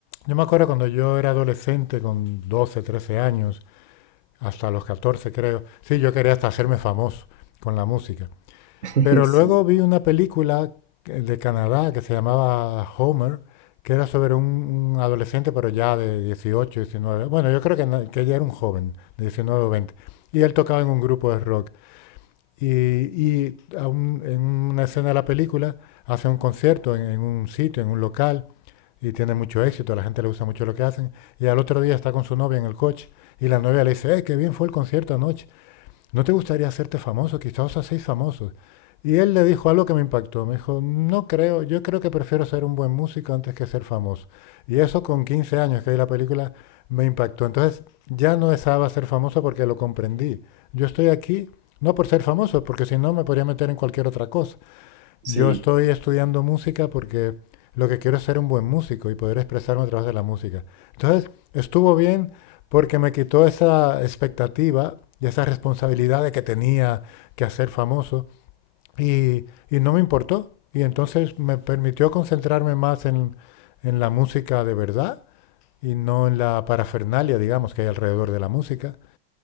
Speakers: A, on the left; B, on the right.
A: yo me acuerdo cuando yo era adolescente, con 12, 13 años, hasta los 14 creo. Sí, yo quería hasta hacerme famoso con la música.
B: <laughs>
A: Pero
B: Sí,
A: luego vi una película que- de Canadá que se llamaba Homer, que era sobre un, un adolescente, pero ya de 18, 19. Bueno, yo creo que, no- que ella era un joven, de 19 o 20. Y él tocaba en un grupo de rock. Y, y a un- en una escena de la película hace un concierto en, en un sitio, en un local, y tiene mucho éxito, a la gente le gusta mucho lo que hacen. Y al otro día está con su novia en el coche y la novia le dice, ¡eh, qué bien fue el concierto anoche! ¿no te gustaría hacerte famoso? Quizás os hacéis famosos. Y él le dijo algo que me impactó. Me dijo, no creo, yo creo que prefiero ser un buen músico antes que ser famoso. Y eso con 15 años que vi la película me impactó. Entonces ya no deseaba ser famoso porque lo comprendí. Yo estoy aquí no por ser famoso, porque si no me podría meter en cualquier otra cosa.
B: sí.
A: Yo estoy estudiando música porque lo que quiero es ser un buen músico y poder expresarme a través de la música. Entonces, estuvo bien porque me quitó esa expectativa y esa responsabilidad de que tenía que hacer famoso y, y no me importó. Y entonces me permitió concentrarme más en, en la música de verdad y no en la parafernalia, digamos, que hay alrededor de la música.